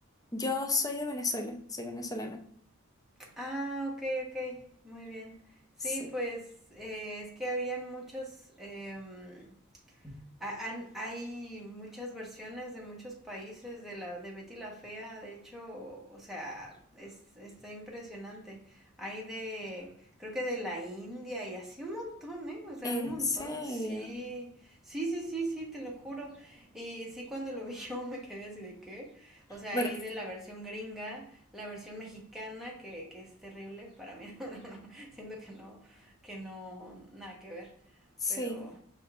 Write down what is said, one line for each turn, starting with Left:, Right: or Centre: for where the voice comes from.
Left: Yo soy de Venezuela, soy venezolana,
Centre: Ah, ok, ok, muy bien. Sí,
Left: sí.
Centre: pues eh, es que habían muchos, em, ha- han- Hay muchas versiones de muchos países de la de Betty la Fea, de hecho, o sea, es, está impresionante. Hay de, creo que de la India y así un montón, ¿eh? O sea,
Left: ¿En
Centre: un montón.
Left: serio?
Centre: Sí, sí, sí, sí, sí, te lo juro. Y sí, cuando lo vi <laughs> yo me quedé así de qué. O sea,
Left: Bueno,
Centre: hay de la versión gringa, la versión mexicana, que, que es terrible para mí. <laughs> Siento que no, que no, nada que ver.
Left: sí.
Centre: Pero,